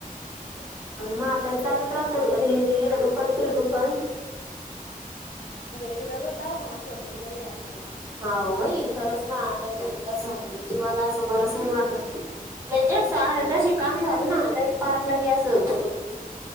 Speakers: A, on the left; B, on the right.
A: <inaudible> क
B: आणि म्हातारी चालूच राहतं रे रे इड दुकान तिड दुकान
A: दररोज जाऊ ख असला त बरे या आपोण.
B: हा भाई खरंच ना आ असं आहे जे जीवाला असं बरंच नाही वाटत नाही. म्हज सर तशी काम झालं ना मी पार्लागे अस होतो.